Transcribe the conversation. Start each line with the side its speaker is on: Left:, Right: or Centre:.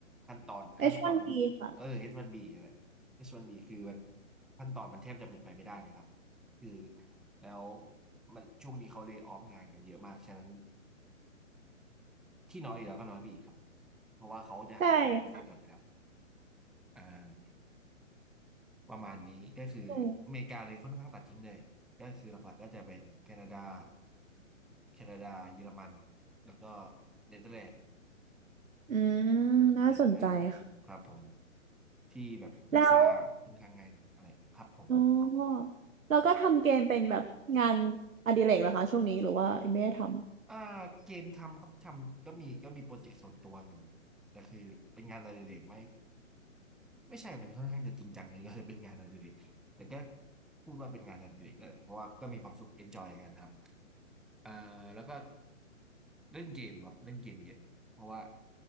Centre: ขั้นตอนขั้นตอนยุบเออ
Right: H1B ค่ะ
Centre: H1B นบีนั่นแหละ H1B คือมันขั้นตอนมันแทบจะเป็นไปไม่ได้นะครับคือแล้วมันช่วงนี้เขาเล y o ออฟงานกันเยอะมากฉะนั้นที่น้อยอีกแล้วก็น้อยไปอีกครับเพราะว่าเขาจะหาคนในประเทศก่อนอยู่แล้ว
Right: ใช่ค่ะ
Centre: อ่าประมาณนี้ก็คืออเมริกาเลยค่อนข้างตัดทิ้งเลยก็คือหลักๆก็จะเป็นแคนาดา
Right: ใช่
Centre: แคนาดาเยอรมันแล้วก็เนเธอร์แลนด์
Right: อืมน่าสนใจค่ะ
Centre: เนเธอร์แลนด์ครับผมที่แบบวีซ่าค่อนข้างง่ายหน่อยอะไรครับผม
Right: แล้ว อ๋อแล้วก็ทำเกมเป็นแบบงานอดิเรกเหรอคะช่วงนี้หรือว่าไม่ได้ท
Centre: อ่าเกมทำครับทำก็มีก็มีโปรเจกต์ส่วนตัวอยู่แต่คือเป็นงานอดิเรกไหม่ไม่ใช่มันค่อนข้างจะจริงจังเลยก็เลยเป็นงานอดิเรกแต่ก็พูดว่าเป็นงานอดิเรกได้แหละเพราะว่าก็มีความสุขเอนจอยกันทำอ่าแล้วก็เล่นเกมครับเล่นเกมเยอะเพราะว่า